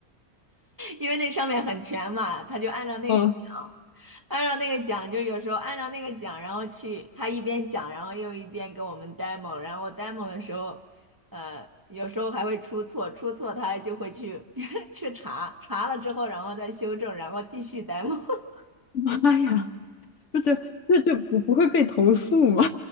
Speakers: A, on the right; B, on the left.
A: 因为那上面很全嘛，他就按照那个讲，
B: 嗯，
A: 按照那个讲，就有时候按照那个讲，然后去他一边讲，然后又一边给我们 demo，然后 demo 的时候，呃，有时候还会出错，出错他就会去 <laughs> 去查，查了之后，然后再修正，然后继续 demo。<laughs>
B: <laughs> 妈呀，这这这这不不会被投诉吗？